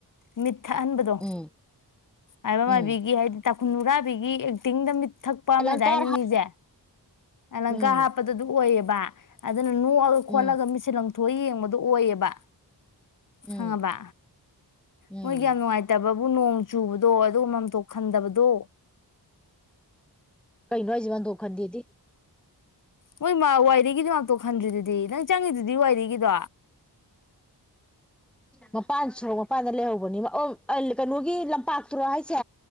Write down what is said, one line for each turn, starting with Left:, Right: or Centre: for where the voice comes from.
Left: ꯃꯤꯠ ꯊꯛꯍꯟꯕꯗꯣ
Centre: ꯎꯝ
Left: ꯃꯥꯏꯕ
Centre: ꯎꯝ
Left: ꯃꯥꯏꯕꯤꯒꯤ ꯍꯥꯏꯗꯤ ꯇꯥꯡꯈꯨꯟ ꯅꯨꯔꯥꯕꯤꯒꯤ ꯑꯦꯛꯇꯤꯡꯗ ꯃꯤꯠ ꯊꯛꯄ ꯑꯝ
Centre: ꯑꯂꯪꯀꯥꯔ
Left: ꯂꯩꯗꯥꯏꯅꯦ ꯃꯤꯖꯦ ꯑꯂꯪꯀꯥ
Centre: ꯎꯝ
Left: ꯍꯥꯞꯄꯗꯨ ꯗꯨ ꯑꯣꯏꯌꯦꯕ ꯄ ꯑ ꯑꯗꯨꯅ ꯅꯣꯛꯑꯒ
Centre: ꯎꯝ
Left: ꯈꯣꯠꯂꯒ ꯃꯤꯠꯁꯦ ꯂꯪꯊꯣꯛꯑ ꯌꯦꯡꯕꯗꯣ ꯑꯣꯏꯌꯦꯕ
Centre: ꯎꯝ
Left: ꯈꯪꯉꯕ
Centre: ꯎꯝ
Left: ꯃꯣꯏꯒꯤ ꯌꯥꯝ ꯅꯨꯡꯉꯥꯏꯇꯕ ꯕꯨ ꯅꯣꯡ ꯆꯨꯕꯗꯣ ꯑꯗꯨ ꯃꯝꯇꯣꯛ ꯈꯟꯗꯕꯗꯣ
Centre: ꯀꯩꯅꯣ ꯍꯥꯢꯖꯤꯕꯣ ꯃꯥꯟꯇꯣꯞ ꯈꯟꯗꯦꯗꯤ
Left: ꯃꯣꯢ ꯃ ꯋꯥꯢꯗꯒꯤꯗꯤ ꯃꯥꯝꯇꯣꯞ ꯈꯟꯗ꯭ꯔꯤꯗꯨꯗꯤ ꯅꯪ ꯆꯪꯉꯤꯗꯨꯗꯤ ꯋꯥꯏꯗꯒꯤꯗꯣ
Centre: ꯃꯄꯥꯟ ꯁꯣꯔꯣꯛ ꯃꯄꯥꯟꯗ ꯂꯩꯍꯧꯕꯅꯤꯉꯣ ꯑꯧ ꯑꯩ ꯀꯩꯅꯣꯒꯤ ꯂꯝꯄꯥꯛ ꯇꯨꯔꯥ ꯍꯥꯏꯁꯦ